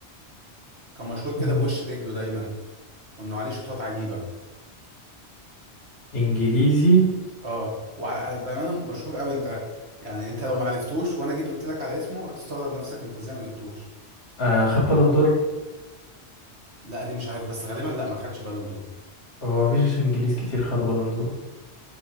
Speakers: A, on the right (about 65°); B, on the left (about 55°).
A: كان مشهور كده
B: مم.
A: بوش رجله دايما وانه عليه شوطات عجيبة
B: إنجليزي
A: اه وبأمانة مشهور قوي انت يعني انت لو ما عرفتوش وانا جيت قلت لك على اسمه هتستغرب نفسك انت ازاي ما جبتوش
B: آه خد بالون دور
A: لا دي مش عارفه بس غالبا لا ما خدش بالون دور
B: هو مفيش إنجليز كتير خد بالون دور